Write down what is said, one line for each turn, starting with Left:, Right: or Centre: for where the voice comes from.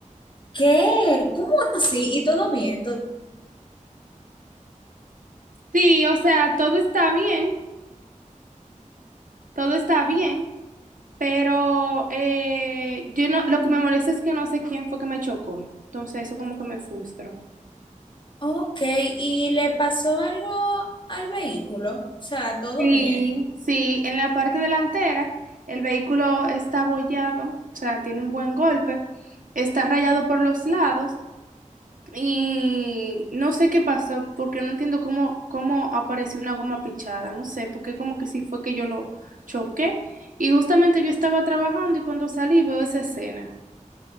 Left: ¿Qué? ¿Cómo así? ¿Y todo bien? ¿Todo-
Right: Sí, o sea, todo está bien, todo está bien, pero eh, yo no, lo que me molesta es que no sé quién fue que me chocó. Entonces eso como que me frustra.
Left: Ok, ¿y le pasó algo al vehículo? O sea, todo
Right: Sí,
Left: bien.
Right: sí, en la parte delantera el vehículo está abollado, o sea, tiene un buen golpe, está rayado por los lados y no sé qué pasó, porque no entiendo cómo, cómo apareció una goma pichada, no sé, porque como que sí fue que yo lo choqué y justamente yo estaba trabajando y cuando salí veo esa escena.